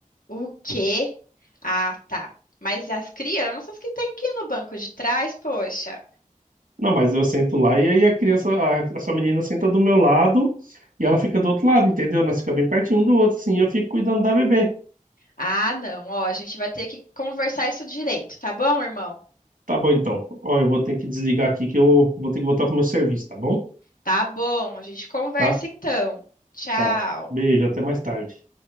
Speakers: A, on the left (about 85°); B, on the right (about 80°).
A: O quê? Ah, tá. Mas as crianças que têm que ir no banco de trás, poxa.
B: Não, mas eu sento lá e aí a criança, a, a sua menina senta do meu lado e ela fica do outro lado, entendeu? Nós ficamos bem pertinho um do outro, assim, e eu fico cuidando da bebê.
A: Ah, não. Ó, a gente vai ter que conversar isso direito, tá bom, irmão?
B: Tá bom, então. Ó, eu vou ter que desligar aqui que eu vou ter que voltar pro meu serviço, tá bom?
A: Tá bom, a gente conversa
B: Tá?
A: então. Tchau.
B: Tá. Beijo, até mais tarde.